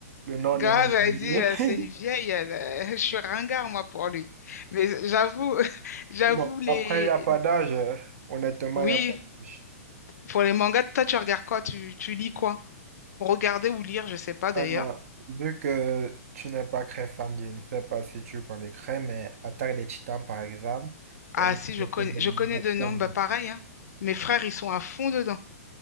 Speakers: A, on the right; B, on the left.
A: le nom
B: grave,
A: de mon
B: elle
A: bébé.
B: dit, euh,
A: <laughs>
B: c'est une vieille, elle, euh, <laughs> je suis ringard, moi, pour lui. Mais j'avoue, <laughs> j'avoue,
A: Bon,
B: les...
A: après, il n'y a pas d'âge. euh, Honnêtement,
B: Oui,
A: il n'y a pas d'âge.
B: pour les mangas, toi, tu regardes quoi? Tu, tu lis quoi? Regarder ou lire, je sais pas d'ailleurs.
A: Euh, vu que tu n'es pas très fan, je ne sais pas si tu connais Cray, mais Attaque des Titans, par exemple, c'est
B: Ah
A: un livre
B: si, je connais,
A: que j'aime
B: je connais
A: beaucoup.
B: de nom,
A: aimer.
B: bah pareil, hein. Mes frères, ils sont à fond dedans,